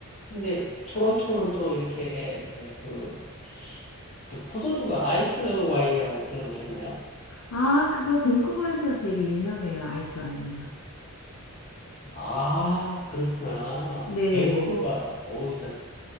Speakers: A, on the left; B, on the left.
A: 근데 토론토는 또 이렇게 네, 그, 그 포도주가 아이스 와인이라고 들어보셨나요?
B: 아, 그거 밴쿠버에서 되게 유명해요. 아이스 와인이요.
A: 아, 그렇구나.
B: 네.
A: 밴쿠버가 오히려,